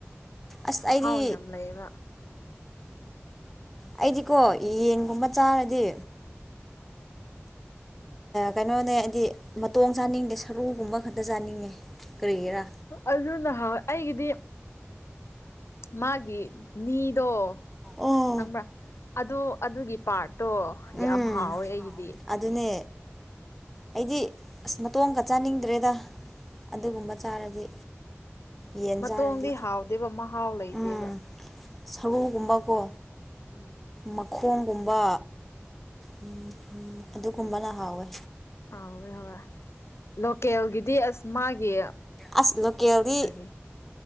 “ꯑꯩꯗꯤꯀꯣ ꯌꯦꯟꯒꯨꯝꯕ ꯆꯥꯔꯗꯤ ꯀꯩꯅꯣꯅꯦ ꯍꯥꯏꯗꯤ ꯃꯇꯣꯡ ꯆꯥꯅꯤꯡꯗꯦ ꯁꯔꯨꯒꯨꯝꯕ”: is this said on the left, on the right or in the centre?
Centre